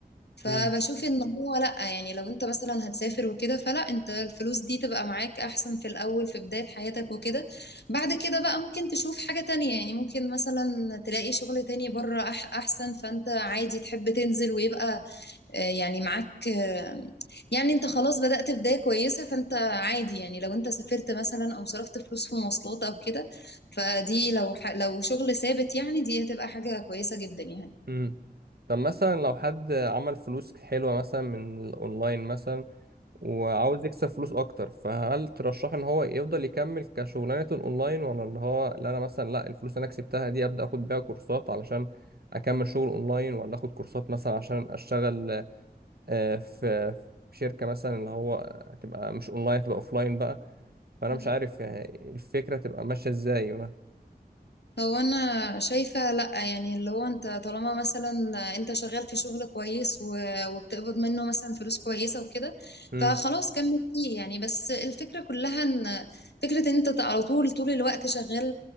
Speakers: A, on the left; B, on the right.
A: فبشوف
B: امم
A: ان هو لا يعني لو انت مثلا هتسافر وكده فلا انت الفلوس دي تبقى معاك احسن في الاول في بداية حياتك وكده بعد كده بقى ممكن تشوف حاجة تانية يعني ممكن مثلا تلاقي شغل تاني بره أح احسن فانت عادي تحب تنزل ويبقى آه، يعني معاك آه، يعني انت خلاص بدأت بداية كويسة فانت عادي يعني لو انت سافرت مثلا او صرفت فلوس في مواصلات او كده فدي لو ح لو شغل ثابت يعني دي هتبقى حاجة كويسة جدا يعني
B: امم طب مثلا لو حد عمل فلوس حلوة مثلا من الاونلاين مثلا وعاوز يكسب فلوس اكتر فهل ترشح ان هو يفضل يكمل كشغلانة اونلاين ولا اللي هو لا انا مثلا لا الفلوس اللي انا كسبتها دي ابدا اخد بيها كورسات علشان اكمل شغل اونلاين ولا اخد كورسات مثلا عشان اشتغل آه، في في شركة مثلا اللي هو تبقى مش اونلاين تبقى اوفلاين بقى فانا
A: مم.
B: مش عارف يعني الفكرة تبقى ماشية ازاي بقى
A: هو انا شايفة لا يعني اللي هو انت طالما مثلا انت شغال في شغل كويس و- وبتقبض منه مثلا فلوس كويسة وكده
B: مم،
A: فخلاص كمل فيه يعني بس الفكرة كلها ان فكرة ان انت على طول طول الوقت شغال